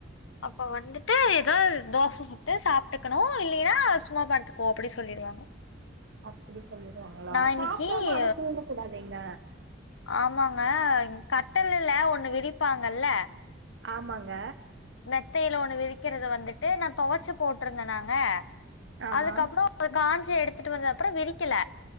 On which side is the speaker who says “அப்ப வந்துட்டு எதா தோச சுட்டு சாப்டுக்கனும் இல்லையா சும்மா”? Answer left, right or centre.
Left